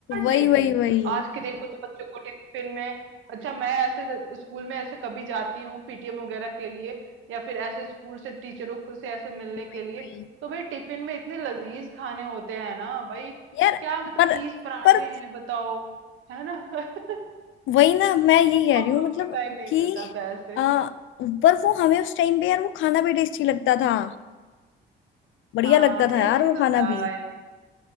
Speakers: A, on the left; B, on the right.
A: वही
B: नहीं
A: वही
B: थी
A: वही
B: आज के देखो तो बच्चों को टिफिन में अच्छा मैं ऐसे स्कूल में ऐसे कभी जाती हूँ पीटीएम वगैरह के लिए या फिर ऐसे स्कूल से टीचरों को से ऐसे मिलने
A: वही
B: के
A: वही।
B: लिए तो भाई टिफिन में इतने लजीज खाने होते हैं ना भाई
A: यार
B: क्या मतलब
A: पर
B: चीज पराठे
A: पर
B: हैं बताओ है ना <laughs>
A: वही ना मैं यही कह
B: हम
A: रही हूँ
B: लोग
A: मतलब
B: को टाइम नहीं
A: कि
B: मिलता था ऐसे
A: आ, पर वो हमें उस टाइम पे यार वो खाना भी टेस्टी लगता था बढ़िया
B: हाँ
A: लगता था
B: टेस्टी
A: यार वो खाना
B: तो था
A: भी
B: यार